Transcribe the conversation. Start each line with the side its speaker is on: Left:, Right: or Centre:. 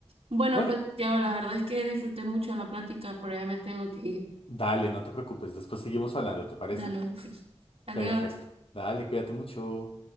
Right: Bueno,
Left: No,
Right: pues
Left: y-
Right: Santiago, la verdad es que disfruté mucho la plática, pero ya me tengo que ir.
Left: dale, no te preocupes, después seguimos hablando, ¿te parece?
Right: Dale, pues. Adiós.
Left: Perfecto. Dale, cuídate mucho.